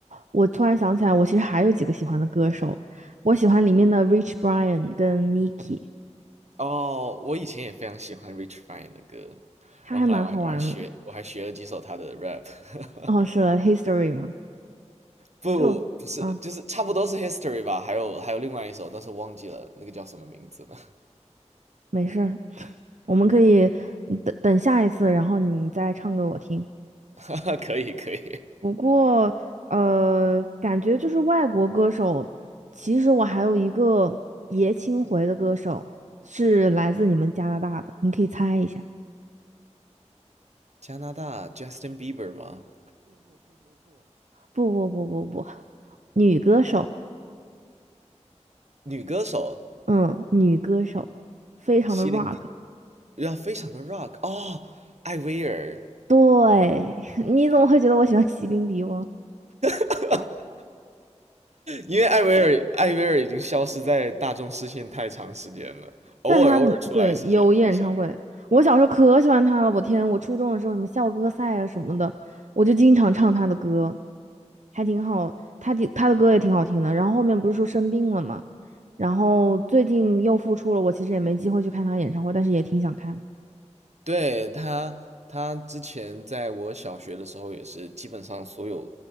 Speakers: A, on the right; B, on the right.
A: 我突然想起来，我其实还有几个喜欢的歌手，我喜欢里面的 Rich Brian 跟 Nicki，
B: 哦，我以前也非常喜欢 Rich Brian 的歌，
A: 他还蛮好玩的。
B: 然后后来我还我还学我还学了几首他的 rap，<laughs>
A: 哦，是 h i s t o r y 嘛，
B: 不不是就是差不多是
A: 就啊，
B: History 吧，还有还有另外一首，但是忘记了那个叫什么名字了。
A: 没事儿，<laughs> 我们可以等等下一次，然后你再唱给我听。
B: <laughs> 可以可以，
A: 不过，呃，感觉就是外国歌手，其实我还有一个爷青回的歌手是来自你们加拿大的，你可以猜一下。
B: 加拿大 Justin Bieber 吗？
A: 不不不不不 <laughs>，女歌手，
B: 女歌手，
A: 嗯，女歌手，非常的
B: 席林迪，
A: rock。
B: 要非常的 rock 哦，艾薇儿，
A: 对，<laughs> 你怎么会觉得我喜欢席琳迪翁？
B: <laughs> 因为艾薇儿艾薇儿已经消失在大众视线太长时间了，偶尔偶尔出来时间一下。
A: 但他对有演唱会，我小时候可喜欢他了。我天，我初中的时候什么校歌赛啊什么的，我就经常唱他的歌，还挺好。他的他的歌也挺好听的。然后后面不是说生病了嘛，然后最近又复出了。我其实也没机会去看他演唱会，但是也挺想看。
B: 对，他，他之前在我小学的时候也是，基本上所有，